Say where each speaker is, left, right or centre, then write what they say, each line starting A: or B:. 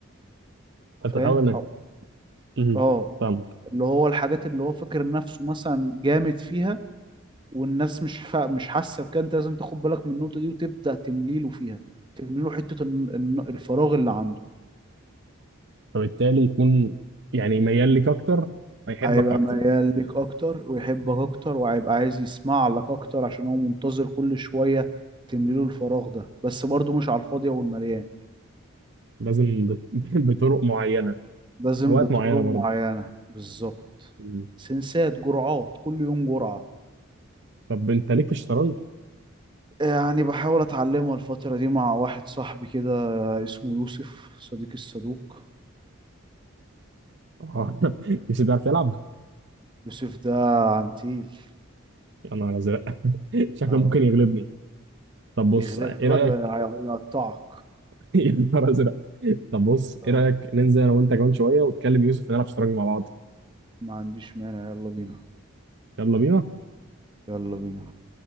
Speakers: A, on the right (about 55°); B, on the right (about 20°).
A: فانت
B: فاهم
A: تحاول انك
B: أو-
A: امم
B: اه
A: فاهمك
B: اللي هو الحاجات اللي هو فاكر نفسه مثلا جامد فيها والناس مش فا... مش حاسة بكده انت لازم تاخد بالك من النقطة دي وتبدأ تمليله فيها تمليله حتة الن- الن- الفراغ اللي عنده
A: فبالتالي يكون يعني ميال ليك اكتر فيحبك
B: هيبقى
A: اكتر
B: ميال لك اكتر ويحبك اكتر وهيبقى عايز يسمع لك اكتر عشان هو منتظر كل شوية تمليله الفراغ ده بس برضه مش على الفاضية والمليان
A: لازم بط- <laughs> بطرق معينه
B: لازم
A: اوقات
B: بطرق
A: معينه برضه
B: معينة بالظبط
A: أمم.
B: سنسات جرعات كل يوم جرعة
A: طب انت ليك في الشطرنج؟
B: يعني بحاول أتعلمها الفترة دي مع واحد صاحبي كده اسمه يوسف صديق الصدوق
A: آه. <laughs> مش بتعرف تلعب؟
B: يوسف ده عنتيل
A: يا نهار ازرق <laughs> شكله
B: اه
A: ممكن يغلبني طب بص
B: يغلبك
A: ايه رايك
B: ده يع- يقطعك
A: <laughs> يا نهار ازرق طب بص
B: اه
A: ايه رايك ننزل انا وانت كمان شويه وتكلم يوسف نلعب شطرنج مع بعض
B: ما عنديش مانع يلا بينا
A: يلا بينا
B: يلا بينا